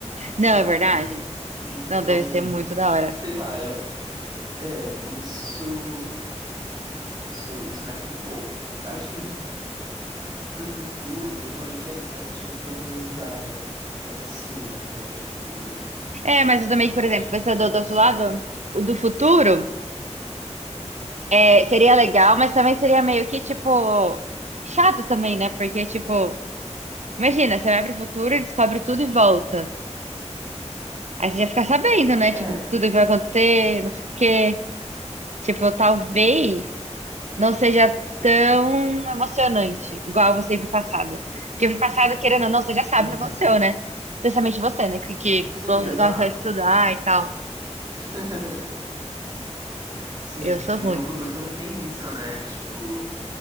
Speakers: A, on the right; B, on the right.
A: sabe?
B: Não, é verdade?
A: Então,
B: Não, deve ser muito da hora.
A: sei lá, eu, é, isso, isso, isso mexe um pouco. Eu acho que do futuro, realmente, é essa questão muito da curiosidade, né? Como é que pode ser, então, tipo,
B: É, mas eu também, por
A: faz,
B: exemplo, pensador
A: faz pensar.
B: do outro lado, o do futuro. É, seria legal, mas também seria meio que, tipo, chato também, né? Porque, tipo, imagina, você vai pro futuro, descobre tudo e volta. Aí você já fica sabendo, né?
A: É,
B: Tipo, tudo que vai acontecer, não sei o quê. Tipo, talvez não seja tão emocionante, igual você ir pro passado. Porque ir pro passado, querendo ou não, você já sabe
A: Uhum.
B: o que aconteceu, né? Especialmente você, né? Que, que
A: Sim,
B: go-
A: exato.
B: gosta de estudar e tal.
A: <laughs> Sim,
B: Eu sou
A: sim.
B: ruim.
A: No futuro você não tem isso, né? Tipo,